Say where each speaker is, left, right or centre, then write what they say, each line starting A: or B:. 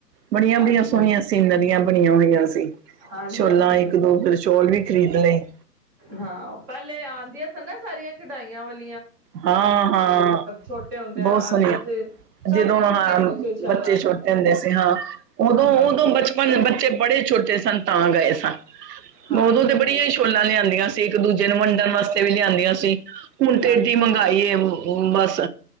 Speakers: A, on the right; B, on the right.
A: ਬੜੀਆਂ ਬੜੀਆਂ
B: ਅੱਛਾ
A: ਸੋਹਣੀਆਂ ਸੀਨਰੀਆਂ ਬਣੀਆਂ ਹੋਈਆਂ ਸੀ
B: ਹਾਂਜੀ
A: ਛੋਲਾਂ
B: ਹਾਂਜੀ
A: ਇੱਕ ਦੋ ਫਿਰ ਸ਼ੋਲ ਵੀ ਖਰੀਦ ਲਈ। ਹ
B: ਹਾਂ ਪਹਿਲੇ ਆਂਦੀਆਂ ਸਨ ਨਾ ਸਾਰੀਆਂ ਕਢਾਈਆਂ ਵਾਲੀ
A: ਹਾਂ ਹਾਂ
B: ਛੋਟੇ ਹੁੰਦਿਆਂ
A: ਬਹੁਤ
B: ਆਉਂਦੀਆਂ
A: ਸੋਹਣੀਆਂ
B: ਸੀ ਸਭ
A: ਜਦੋਂ
B: ਨੇ ਕੀਤੀਆਂ
A: ਹਾਂ
B: ਹੁੰਦੀਆਂ ਸੀ ਸ਼ਾਲਾਂ
A: ਬੱਚੇ ਛੋਟੇ ਹੁੰਦੇ ਸੀ ਹਾਂ ਉਦੋਂ
B: ਹਾਂ ਹਾਂ
A: ਉਦੋਂ ਬਚਪਨ ਬੱਚੇ ਬੜੇ ਛੋਟੇ ਸਨ ਤਾਂ ਗਏ ਸਾਂ
B: ਹਾਂ ਹਾਂ
A: ਉਦੋਂ ਤੇ
B: ਹਾਂ
A: ਬੜੀਆਂ ਹੀ ਛੋਲਾਂ ਲਿਆਂਦੀਆਂ ਸੀ ਇੱਕ ਦੂਜੇ ਨੂੰ ਵੰਡਣ ਵਾਸਤੇ ਵੀ ਲਿਆਂਦੀਆਂ ਸੀ ਹੁਣ
B: ਹਾਂਜੀ
A: ਤੇਡੀ ਮੰਗਾਈਏ <unintelligible> ਬਸ